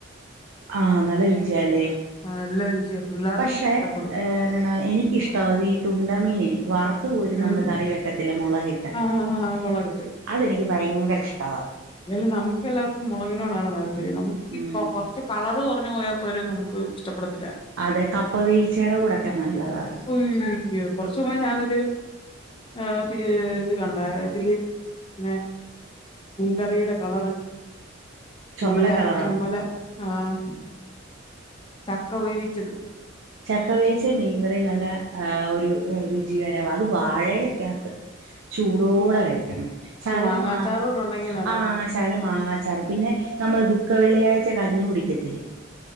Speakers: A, on the right (about 75°); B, on the left (about 25°).
A: ആഹ് നല്ല രുചിയാല്ലേ.
B: നല്ല രുചിയ പിള്ളേർക്കും
A: പക്ഷെ
B: ഇഷ്ടപ്പെടും
A: എന്താ എനിക്കിഷ്ടത് ഈ തുണ്ടമീനെ വർ ത്തുരി നമ്മള്
B: ഉം
A: കറി വെക്കത്തില്ല മൊളകിട്ട്
B: ആ ആ ആ മുളകിട്ട്
A: അതെനിക്ക് ഭയങ്കര ഇഷ്ടവാ
B: അലേലും നമുക്ക് എല്ലാവർക്കും മുളകിനോടാണ് താല്പര്യം നമുക്ക്
A: ഉം
B: ഈ കൊറച്ച്. കളർ കൊറഞ് പോയാൽപ്പോരും നമുക്ക് ഇഷ്ടപ്പെടത്തില്ല.
A: അതെ കപ്പ വേവിചേടെ കൂടെക്കെ നല്ലതാ അത്.
B: ഒയോ കുറച്ചുമുമ്പേ ഞാനൊരു. ആ പിന്നെ ഇത് കണ്ട ഇതില് ഇങ്ങനെ. കറിയിടെ കളർ
A: ചുമല
B: നല്ല
A: കളറാ
B: ചൊമല ആഹ് ചക്ക വേവിചതും.
A: ചക്ക വേച്ച് മീൻകറി നല്ല ഒരു രുചികരവാ അത് വാഴയിലക്കകത്ത് ചൂടോടെ
B: ഉം
A: കഴിക്കണം
B: കുറച്ച്
A: ചാലമാ
B: മാങ്ങാച്ചാറൂടെ ഉണ്ടെങ്കി നല്ലതാ
A: ആ ശകലം മാങ്ങാച്ചാറ് പിന്നെ നമ്മൾ ദുഖ ള്ളിയാഴ്ച്ച കഞ്ഞി കുടിക്കത്തില്ലേ